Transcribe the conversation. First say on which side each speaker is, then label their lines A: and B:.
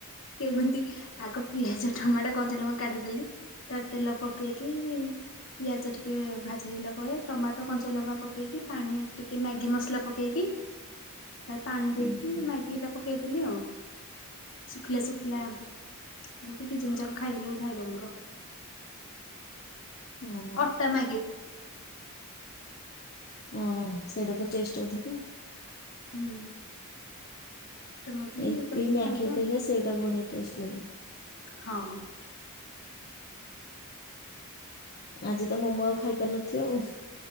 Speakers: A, on the left; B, on the left.
A: କେମିତି, ଆଗ ପିଆଜ ଟମାଟୋ, କଞ୍ଚାଲଙ୍କା କାଟି ଦେଲି ତାର ତେଲ ପକେଇକି ପିଆଜ ଟିକେ ଭାଜି ହେଲା ପରେ, ଟମାଟୋ କଞ୍ଚାଲଙ୍କା ପକେଇକି, ପାଣି ଟିକେ ମ୍ୟାଗି ମସଲା ପକାଇକି ତା ପାଣି ଦେଇକି
B: ହୁଁ
A: ମାଗି ଏଇଟା ପକେଇଦେଲି ଆଉ। ଶୁଖିଲା ଶୁଖିଲା ଆଣିକି ଦି ଜଣ ଯାକ ଖାଇଦେଲୁ, ଭାଇର ମୋର।
B: ମୋମୋ
A: ଅଟା ମାଗି।
B: ହଁ ସେଇଟା ତ ଟେଷ୍ଟ ଅଧିକ।
A: ହୁଁ ଅଟା ମ୍ୟାଗି
B: ୟୁପି,
A: କରିକି
B: ମ୍ୟାଗି
A: ଖାଇଚୁ।
B: ଅପେକ୍ଷା ସେଇଟା ବଢିଆ ଟେଷ୍ଟ ଲାଗିବ।
A: ହଁ
B: ଆଜି ତ ମୋମୋ ଆଉ ଖାଇପାରୁିନଥିବ ଆଉ।